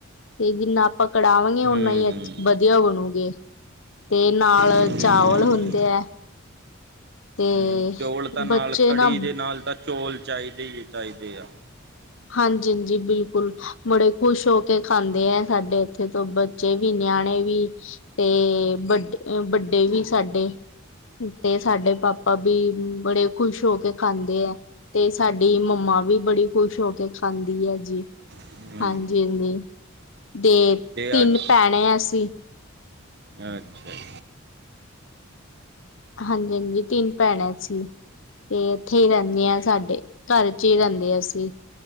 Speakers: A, on the left (about 60°); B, on the right (about 50°).
A: ਤੇ ਜਿੰਨਾ ਪਕੜਾਵਾਂਗੇ
B: ਹੂੰ
A: ਓਨਾ ਹੀ
B: ਹੂੰ
A: ਵਧੀਆ ਬਣੂਗੀ ਤੇ ਨਾਲ
B: ਹੂੰ
A: ਚਾਵਲ ਹੁੰਦੇ ਹੈ ਤੇ
B: ਹੂ ਚੋਲ ਤਾਂ ਨਾਲ
A: ਬੱਚੇ
B: ਕੜੀ
A: ਨਾ
B: ਦੇ ਨਾਲ ਤਾਂ ਚੌਲ ਚਾਹੀਦੇ ਹੀ ਆ ਚਾਹੀਦੇ ਆ
A: ਹਾਂਜੀ ਹਾਂਜੀ ਬਿਲਕੁਲ ਮੁੜੇ ਖੁਸ਼ ਹੋ ਕੇ ਖਾਂਦੇ ਹੈ ਸਾਡੇ ਇੱਥੇ ਤੋਂ ਬ ਬੱਚੇ ਵੀ ਨਿਆਣੇ ਵੀ ਤੇ ਵੱਡ ਵੱਡੇ ਵੀ ਸਾਡੇ ਤੇ ਸਾਡੇ ਪਾਪਾ ਵੀ ਬੜੇ ਖ਼ੁਸ਼ ਹੋ ਕੇ ਖਾਂਦੇ ਹੈ ਤੇ ਸਾਡੀ ਮੰਮਾ ਵੀ ਬੜੀ ਖੁਸ਼ ਹੋ ਖਾਂਦੀ ਹੈ ਜੀ
B: ਹੂੰ
A: ਹਾਂਜੀ ਹਾਂਜੀ ਦੇ
B: ਤੇ
A: ਤਿੰਨ
B: ਅੱਜ
A: ਭੈਣੇ ਅਸੀਂ
B: ਅੱਛਾ ਜੀ
A: ਹਾਂਜੀ ਹਾਂਜੀ ਤਿੰਨ ਭੈਣਾਂ ਸੀ ਤੇ ਇੱਥੇ ਹੀ ਰਹਿੰਦੀ ਹਾਂ ਸਾਡੇ ਘਰ ਚ ਹੀ ਰਹਿੰਦੇ ਆ ਅਸੀਂ